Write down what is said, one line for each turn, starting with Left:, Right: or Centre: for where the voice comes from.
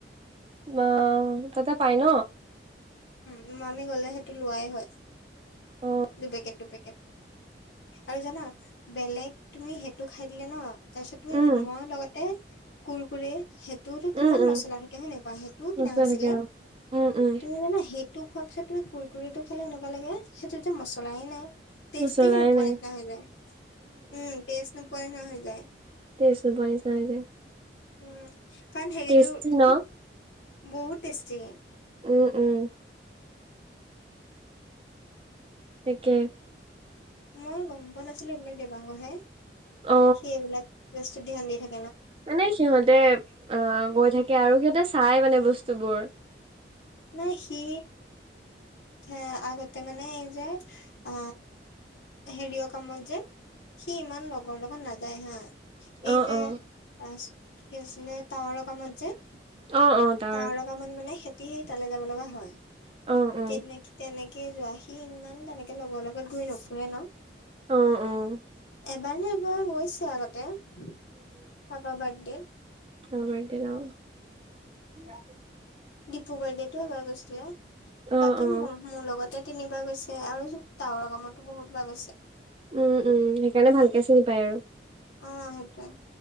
Right: অ তাতে পাই ন।
Left: উম আমি গ'লে সেইটো লোৱাই হয়।
Right: অ
Left: দুপেকেট দুপেকেট আৰু জানা বেলেগ। তুমি সেইটো খাই দিলে ন তাৰপিছত তুমি
Right: উম
Left: মই লগতে কুৰ কুৰে তোৰতো
Right: উম
Left: কিমান
Right: উম
Left: মচলা থাকে হয়নে কোৱা সেইটোও
Right: মছলা
Left: কিনা হৈছিলে
Right: থাকে অ উম উম
Left: তুমি জানা সেই টো খোৱাৰ পিছত তুমি কুৰকুৰিটো খালে সেনেকুৱা লাগে সেইটোত যে মছলাই নাই। টেষ্টে
Right: মচলাই
Left: নোপোৱা
Right: নাই
Left: নিচিনা হৈ যায়। উম টেষ্ট নোপোৱা নিচিনা হৈ যায়।
Right: তেজ নোপোৱা নিচিনা হৈ যায়
Left: উম কাৰণ হেৰিযোৰ
Right: টেষ্টি
Left: বহুত
Right: ন
Left: বহুত টেষ্টি
Right: উম-উম তাকে <inaudible>
Left: মই গম পোৱা নাছিলো এইবিলাক দেবাংগহে
Right: অ
Left: সেইবিলাক বস্তু ধ্যান দি থাকো
Right: মানে সিহঁতে আহ গৈ থাকে আৰু সিহঁতে চাই মানে বস্তুবোৰ
Left: নাই সি হা আগতে মানে এই যে আ হেৰিয় কামত যে সি ইমান লগৰ লগত নাযায় হা <unintelligible>
Right: অ
Left: এই যে
Right: অ
Left: তাচটো কি আছিলে টাৱৰ ৰ কামত যে <inaudible>
Right: অ অ তাৰ
Left: তাৱৰ কামত মানে সে সিহঁতি তালৈ যাব লগা হয়
Right: অ অ
Left: তেনেকি তেনেকি <unintelligible> যোৱা সি ইমান তেনেকে লগৰ লগত ঘূৰি নুফুৰে ন <unintelligible>
Right: আহ-আহ
Left: মাইনেবাৰ গৈছে আগতে <unintelligible> কাবা বাৰ্থডেত
Right: অ বাৰ্থডেত য়াও
Left: ডিপু বাৰ্থডেটো এবাৰ গৈছিলে
Right: অ
Left: বাকী
Right: অ
Left: মোৰ মোৰ লগত তিনিবাৰ গৈছে আৰু জোতাৰ কামতো বহুত বাৰ গৈছে <inaudible>
Right: উম উম সেইকাৰণে ভালকে চিনি পায় আৰু <unintelligible>
Left: অ সেইটোয়ে